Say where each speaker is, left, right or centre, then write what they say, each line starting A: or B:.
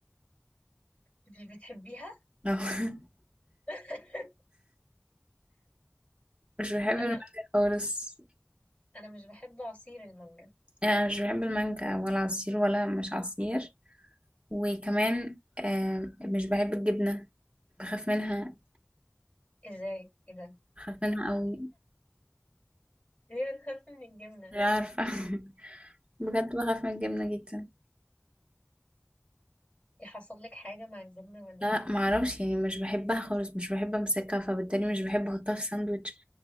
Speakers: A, on the left (about 30°); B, on the right (about 25°).
A: مش بتحبيها
B: <laughs>
A: <laughs>
B: مش بحب المانجا
A: انا
B: خالص
A: انا مش بحب عصير المانجا
B: يعني انا مش بحب المانجا ولا عصير ولا مش عصير وكمان آم، مش بحب الجبنة بخاف منها
A: ازاي ايه ده
B: بخاف منها قوي
A: ليه بتخاف من الجبنة
B: مش عارفة <laughs> بجد بخاف من الجبنة جدا
A: يحصل لك حاجة مع الجبنة واللبن
B: لا ما اعرفش يعني مش بحبها خالص مش بحب امسكها فبالتالي مش بحب احطها في ساندوتش